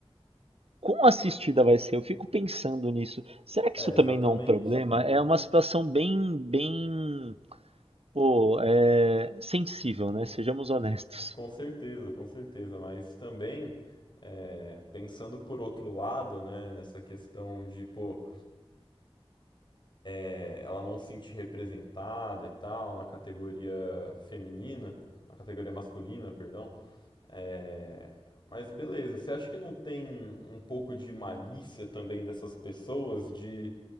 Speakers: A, on the right (about 75°); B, on the left (about 50°).
A: quão assistida vai ser? Eu fico pensando nisso. Será que
B: É,
A: isso
B: exatamente,
A: também não é um problema?
B: né?
A: É uma situação bem, bem, pô, é, sensível, né? Sejamos honestos.
B: Com certeza, com certeza, mas também é, pensando por outro lado, né, nessa questão de, pô, é, ela não se sentir representada e tal na categoria feminina, na categoria masculina, perdão, É, Mas beleza, você acha que não tem um pouco de malícia também dessas pessoas de